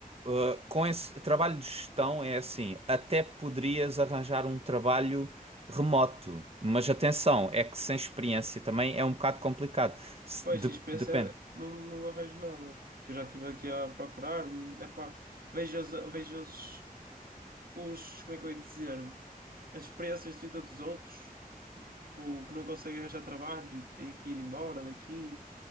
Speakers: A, on the right; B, on the right.
A: Uh, com esse trabalho de gestão é assim, até poderias arranjar um trabalho remoto, mas atenção, é que sem experiência também é um bocado complicado. Se-
B: Pois,
A: de-
B: a experiência
A: depende.
B: é- não, não arranjo nada. Que eu já estive aqui a procurar. Epá, vejo, os, vejo os, os, como é que eu ia dizer, as experiências de vida dos outros, tipo, que não conseguem arranjar trabalho e têm que ir embora daqui.